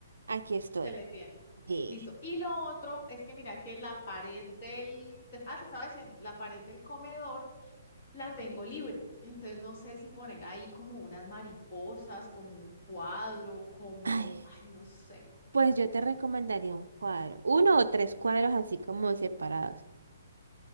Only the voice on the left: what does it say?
Se le tiene.
Listo. Y lo otro es que mira que la pared del, te- ah, te estaba diciendo, la pared del comedor la tengo libre. Entonces no sé si poner ahí como unas mariposas, como un cuadro, como,
ay, no sé.